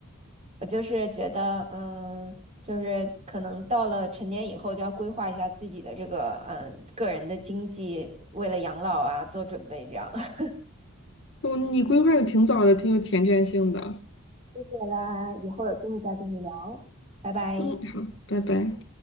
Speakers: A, on the right; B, on the left.
A: 我就是觉得，嗯，就是可能到了成年以后，就要规划一下自己的这个，嗯，个人的经济，为了养老啊做准备，这样。<laughs>
B: 哦你规划的挺早的，挺有前瞻性的。
A: 谢谢啦，以后有机会再跟你聊，拜拜。
B: 嗯，好，拜拜。